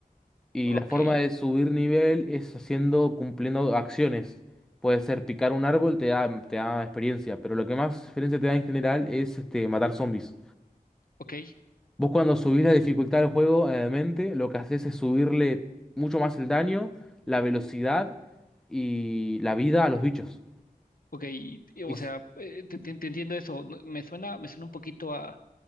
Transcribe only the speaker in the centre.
Y
la forma de subir nivel es haciendo, cumpliendo acciones. Puede ser picar un árbol, te da, te da experiencia, pero lo que más experiencia te da en general es este, matar zombies.
Vos cuando subís la dificultad del juego, obviamente, lo que haces es subirle mucho más el daño, la velocidad y la vida a los bichos.
Y s-